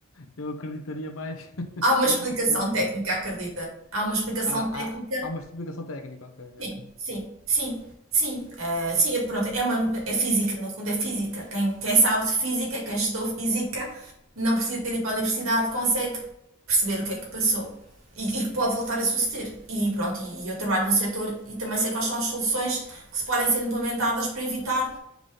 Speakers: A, on the left (about 80°); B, on the right (about 85°).
A: eu acreditaria mais. <laughs>
B: Há uma explicação técnica, acredita? Há uma explicação
A: Há, há,
B: técnica
A: há uma explicação técnica, ok,
B: Sim,
A: ok.
B: sim, sim, sim, eh, sim, eh, pronto, é uma, é física, no fundo é física. Quem, quem sabe de física, quem estudou física, não precisa ter ido para a universidade, consegue perceber o que é que passou e, e que pode voltar a suceder. E pronto, e, eu trabalho no setor e também sei quais soluções que podem ser implementadas para evitar